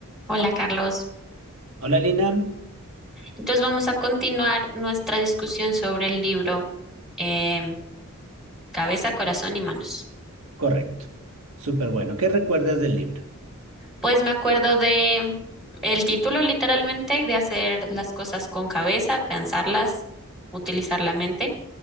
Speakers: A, in the centre; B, on the right.
A: Hola, Carlos.
B: Hola Lina,
A: Entonces vamos a continuar nuestra discusión sobre el libro em, Cabeza, Corazón y Manos.
B: correcto. Súper bueno. ¿Qué recuerdas del libro?
A: Pues me acuerdo de el título literalmente y de hacer las cosas con cabeza, pensarlas, utilizar la mente,